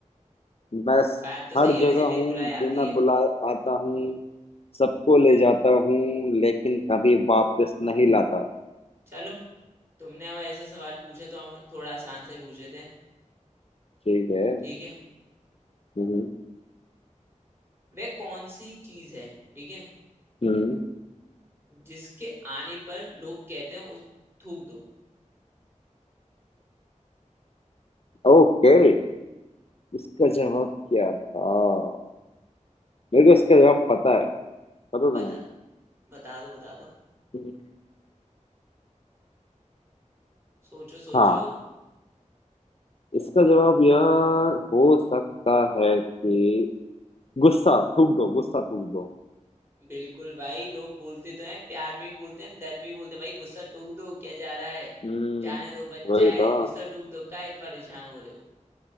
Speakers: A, on the left; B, on the right.
A: मैं
B: बात तो सही
A: हर
B: है
A: जगह
B: वैसे मेन
A: हूँ
B: बुलाए आती
A: बिना
B: है
A: बुलाए आता हूँ सबको ले जाता हूँ लेकिन कभी वापस नहीं लाता
B: चलो तुमने अब ऐसे सवाल पूछा तो हम थोड़ा आसान से पूछ लेते हैं
A: ठीक है
B: ठीक है
A: हम्म
B: वह कौन सी चीज है ठीक है
A: हम्म
B: जिसके आने पर लोग कहते हैं उस थूक दो
A: ओके इसका जवाब क्या था मेरे को इसका जवाब पता है पता तुम्हें
B: बता बता दो बता दो
A: हम्म,
B: सोचो सोचो
A: हाँ इसका जवाब यार हो सकता है कि गुस्सा थूक दो गुस्सा थूक दो
B: बिल्कुल भाई लोग बोलते तो हैं प्यार में भी बोलते हैं डर में भी बोलते हैं भाई गुस्सा टूक दो क्या जा रहा है
A: हम्म
B: जाने दो बच्चा
A: वही
B: है
A: तो
B: गुस्सा टूक दो काहे परेशान हो रहे हो